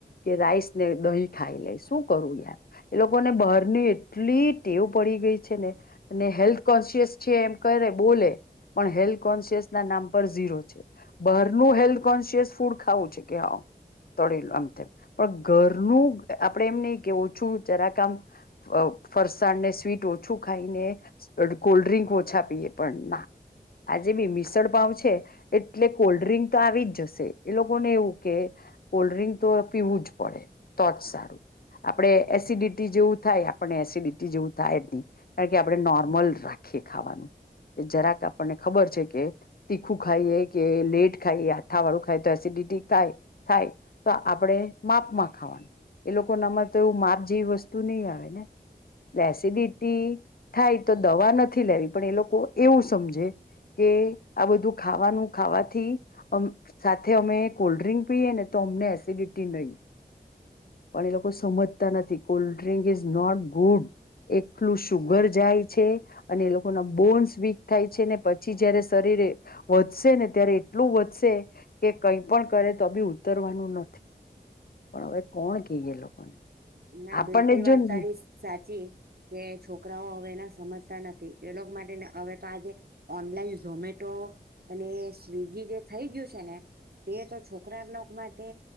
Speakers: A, on the left; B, on the right.
A: કે રાઈસ ને દહી ખાઈ લે શું કરું યાર એ લોકોને બહારની એટલી ટેવ પડી ગઈ છે, ને અને હેલ્થ કોન્સિયસ છે એમ કરે બોલે, પણ હેલ્થ કોન્શિયસ ના નામ પર ઝીરો છે, બારનું હેલ્થ કોન્શિયસ ફૂડ ખાવું છે કે હ. તળેલું આમ તેમ, પણ ઘરનું આપડે એમ નહિ કે ઓછું જરાક આમ ફ ફરસાણને સ્વીટ ઓછું ખાઈને કોલ્ડ્રિંક ઓછા પીએ, પણ ના આજે બી મિસળ પાાવ છે એટલે કોલ્ડ ડ્રિંક તો આવી જ જશે, એ લોકોને એવું કે કોલ્ડ્રિંક તો પીવું જ પડે, તો જ સારું, આપણે એસિડિટી જેવું થાય, આપણને એસિડિટી જેવું થાય જ નહી કારણ કે આપણે નોર્મલ રાખીએ ખાવાનું જરાક આપણને ખબર છે કે તીખું ખાઈએ કે લેટ ખાઈએ, આથા વાળું ખાય તો એસિડિટી થાય. થાય, તો આપણે માપમાં ખાવાનું, એ લોકો નામાં તો એવું માપ જેવી વસ્તુ નહીં આવે ને, એસિડિટી થાય તો દવા નથી લેવી પણ એ લોકો એવું સમજે, કે આ બધું ખાવાનું ખાવાથી અમ સાથે અમે કોલ્ડ્રીિંક પીને તો અમને એસિડિટી નહીં, પણ એ લોકો સમજતા નથી cold drink is not good, એલું સુુગર જાય છે અને એ લોકો ના બોન્સ વીક થાય છે ને પછી જયારે શરીરે, વધશે ને ત્યારે એટલું વધશે કે કઈ પણ કરે તો બી ઉતરવાનું નથી, પણ હવે કોણ કહીએ લોકોને.
B: ના
A: આપણને
B: બિલકુલ વાત
A: જો નહી
B: તારી સ સાચી કે છોકરાઓ હવે એના સમજ તા નથી એ લોકો માટે ને હવે તો આજ ઓનલાઈન ઝોમેટો, અને સ્વગી જે થઈ ગયું છે ને, તે તો છોકરા લોકો માટે